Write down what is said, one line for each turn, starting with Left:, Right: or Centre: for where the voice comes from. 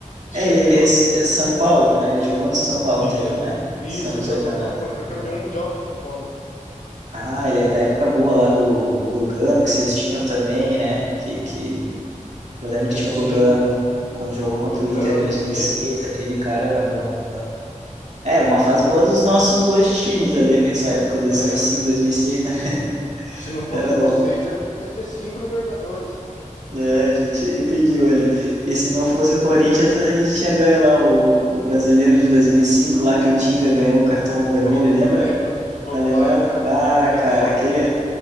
Left: Ixi,
Right: É, ele
Left: é foda.
Right: é, S- é São Paulo, né? Ele jogou no São Paulo
Left: Ele-
Right: um tempo, né?
Left: ele-
Right: Se
Left: isso,
Right: eu não
Left: ele
Right: sou
Left: jogou
Right: enganado.
Left: no São Paulo, ele foi campeão
Right: Ah,
Left: mundial com o São Paulo.
Right: ah, ele é da época boa lá do o Lugano que vocês tinham também, né? Que, que eu lembro
Left: 2005, 2005,
Right: que tinha o Lugano quando jogou contra
Left: Lugano,
Right: o Inter em 2006,
Left: Mineiro.
Right: aquele cara era bom. né? Era uma
Left: É,
Right: fase
Left: dois-
Right: boa dos nossos dois times ali, essa época 2005,
Left: é se,
Right: 2006, né? <laughs>
Left: se não fosse
Right: Era
Left: vocês,
Right: bom.
Left: era mais ter cinco Libertadores.
Right: É, a gente impediu ele. E se não fosse o Corinthians, a gente tinha ganho lá o, o brasileiro de 2005, lá que o Tinga ganhou o cartão vermelho,
Left: Nossa,
Right: lembra?
Left: eu lembro daquele jogo
Right: Tá lembrado?
Left: lá, hein, cara.
Right: Ah,
Left: Que, que
Right: cara,
Left: assalto,
Right: aquele,
Left: hein?